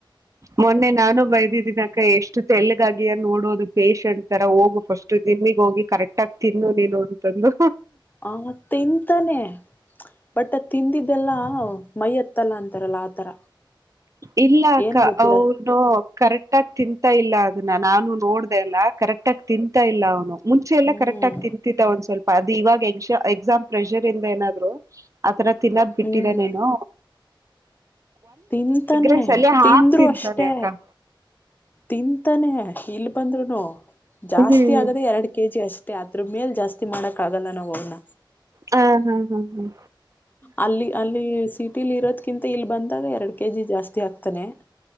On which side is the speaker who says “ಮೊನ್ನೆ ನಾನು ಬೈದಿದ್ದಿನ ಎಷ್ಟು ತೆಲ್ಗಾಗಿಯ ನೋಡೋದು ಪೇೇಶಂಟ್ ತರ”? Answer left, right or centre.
Right